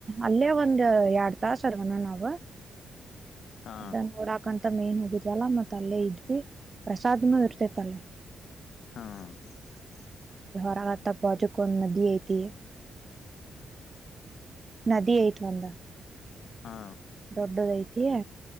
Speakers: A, on the right; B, on the left.
A: ಅಲ್ಲೇ, ಒಂದು, ಎರಡ್, ತಾಸು ಅದನ್ನಗ
B: ಹಾ
A: ಡಂಗೂರ ಹಾಕೊಂಡು, ಕಂಠನೆ? <inaudible> ಬಿಟವಾಳ, ಮತ್ತ್ ಅಲ್ಲೇ, ಇದ್ವಿ! ಪ್ರಸಾದ್ನು ಇರ್ತೇತ್ ಅಲ್ಲೇ? <inaudible>
B: ಹಾ. <inaudible>
A: ಕಾಲಾ, ತಪ್ಪಿಕೊಂಡು, ಮದುವೆ ಆಯಿತಿ? <unintelligible> ಮದುವೆ ಇಟ್ಟುಕೊಂಡ? <inaudible>
B: ಹಾ
A: ದೊಡ್ಡದು, ಐತಿ,